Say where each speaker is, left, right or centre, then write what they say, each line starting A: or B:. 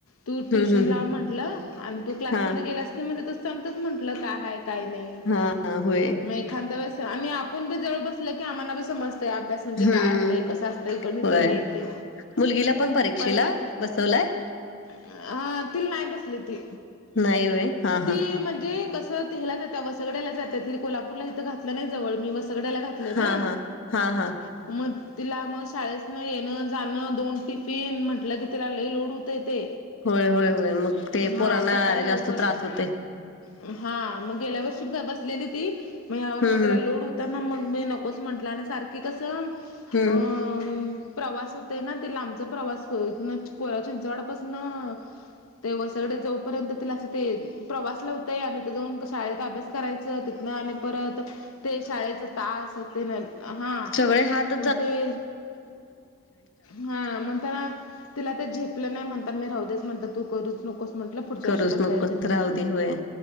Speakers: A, on the left; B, on the left.
A: तू ट्युशन
B: हम्म हम्म
A: लाव म्हटलं आणि, तू
B: हम्म
A: क्लासमध्ये
B: हा
A: गेलास. सांगत म्हंणल काय हाय काय नाही,
B: हा हा होय
A: मग एखादं वेळेस आणि आप आपण बी जवळ बसले की, आम्हाला बी समजतंय अभ्यास म्हणजे
B: हम्म
A: काय. कसं असतंय गणित
B: होय
A: हे ते
B: मुलगीला पण परीक्षेला
A: पहिल्यात.
B: बसवलाय
A: हा तिला नाही बसली ती.
B: नाही होय हा हा
A: ती म्हणजे कसं ला जात वसगड्याला जात कोलपूरला इिथ घातलं नाही जव मी वसगड्याला घातलंय
B: हा
A: ना.
B: हा हा हा
A: मग तिला म शाळेत न येणं जाणं दोन टिफिन म्हटलं ग त्याला लई लोड होतंय ते.
B: होय होय होय मग ते
A: हा
B: पोरांना
A: सकाळी लवकर
B: जास्त त्रास होते
A: अं हा मग गेल्यावर्षी ब-बसलेली ती मग ह्या
B: हम्म
A: वर्षी जरा
B: हम्म
A: लोड हु त्यांना मग मी नकोच म्हंटलं आणि सारखी कसं अं
B: हम्म
A: प्रवास होतय ना ते लांबचा प्रवास इथनं कोडा चिंचवडापासून ते व सगळे जोपर्यंत तिला असं ते प्रवास लई होतंय आणि तिथं जाऊन शाळेत अभ्यास करायचं तिथनं आणि परत ते शाळेचं तास ते मेन हा.
B: वय हात
A: मग ते, हा म्हणताना तिला ते झेपलं नाही म्हणताना मी राहूदेच म्हंटलं तू करूच नकोस. म्हटलं पुढच्या
B: करूच
A: वर्षी बसता
B: नकोस
A: येत नाही म्हटलं
B: राहुदे होय.